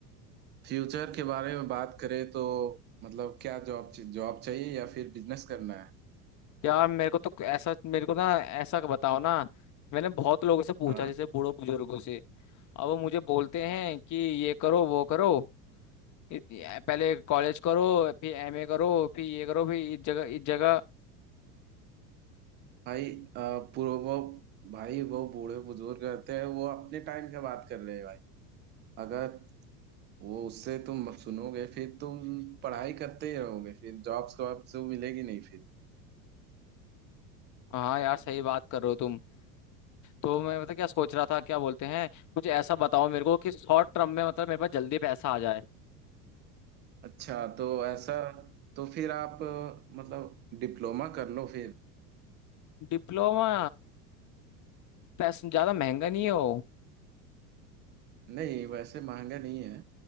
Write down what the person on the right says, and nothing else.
फ्यूचर के बारे में बात करें तो मतलब क्या जॉब जॉब चाहिए या फिर बिजनेस करना है
हाँ
भाई अ, पूर्व वो भाई वो बूढ़े बुजुर्ग रहते हैं वो अपने टाइम की बात कर रहे हैं भाई अगर वो उससे तुम सुनोगे फिर तुम पढ़ाई करते ही रहोगे फिर जॉब्स वॉब्स तो मिलेगी नहीं फिर
अच्छा तो ऐसा तो फिर आप अ, मतलब डिप्लोमा कर लो फिर
नहीं वैसे महंगा नहीं है